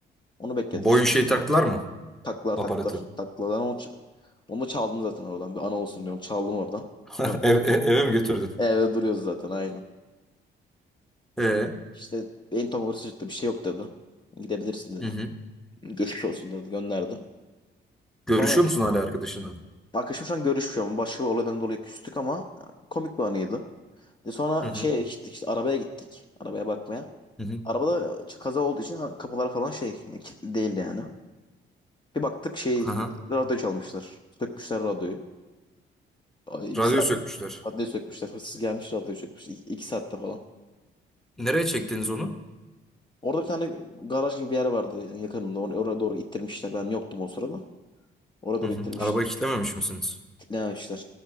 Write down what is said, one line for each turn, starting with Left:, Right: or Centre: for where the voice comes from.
Left: Onu bekledik
Centre: Boyun
Left: işte.
Centre: şeyi taktılar mı?
Left: Taklar
Centre: Aparatı.
Left: taklar taklar. Ben onu, ç- onu da çaldım zaten oradan. Bir ana olsun diyorum. Çaldım oradan.
Centre: <laughs>
Left: Sonra
Centre: Ev, e- eve mi götürdün?
Left: Evde duruyoruz zaten aynı.
Centre: Ee,
Left: İşte beyin tomografi çıktı bir şey yok dedi. Gidebilirsin dedi.
Centre: hı hı.
Left: Geçmiş olsun dedi gönderdi.
Centre: Görüşüyor
Left: Sonra
Centre: musun hala arkadaşınla?
Left: Arkadaşım şu an görüşmüyor ama başka bir olaydan dolayı küstük ama e, komik bir anıydı. De sonra
Centre: Hı hı.
Left: şeye gittik işte arabaya gittik. Arabaya bakmaya.
Centre: Hı hı.
Left: Arabada kaza olduğu için kapılar falan şey e, kilitli değildi yani. Bir baktık şey
Centre: Hı hı.
Left: radyo çalmışlar. Sökmüşler radyoyu. Ay,
Centre: Radyo
Left: Bir saat
Centre: sökmüşler.
Left: radyoyu sökmüşler. Hırsız gelmiş radyoyu sökmüşler. İki, iki saatte falan.
Centre: Nereye çektiniz onu?
Left: Orada bir tane garaj gibi bir yer vardı yani yakınında. Onu- Oraya doğru ittirmişler. Ben yoktum o sırada. Oraya doğru
Centre: Hı hı.
Left: ittirmişler.
Centre: Arabayı kilitlememiş misiniz?
Left: Kilitlememişler.